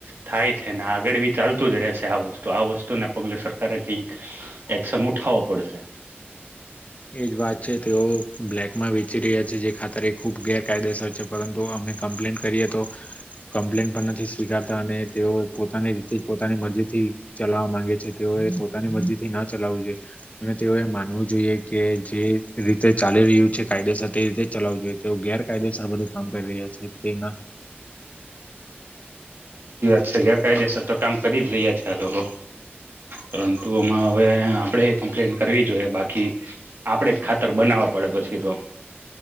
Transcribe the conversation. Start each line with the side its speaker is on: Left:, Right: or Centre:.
Right: થાય છે ને આગળ બી ચાલતું જ રહેશે. તો આ વસ્તુને પગલે સરકારારે એક એક્શન ઉઠાવો પડશે.
Left: એજ વાત છે તેઓ બ્લેક માં વેચી રહા છે જે ખાત ખુબ ગેર કાયદેસર છે પરંતુ અમે કમ્પ્લેન કરીએ તો કમ્પ્લેન પણ નથી સ્વીકારતા અને તેઓ પોતાની પોતાની મરજી થી ચલાવવા માંગે છે તેઓએ પોતાની મરજી થી ના ચલાવવું જોઈએ અને તેઓએ માનવું જોઈએ. કે જે રીતે ચાલી રહ્યું છે કાયદેસર તે રીતે ચલાવું જોઈએ તેઓ ગેરકાયદેસર બધું કામ કરી રહ્યા છે તે ના
Right: સર ગેર કઈદેસર કામ કરી જ રહ્યા છે આ લોકો પરંતુ એમાં હવે આપડે કમ્પ્લેન કરવી જોઈએ બાકી આપડે જ ખાતર બનાવવા પડે પછી તો.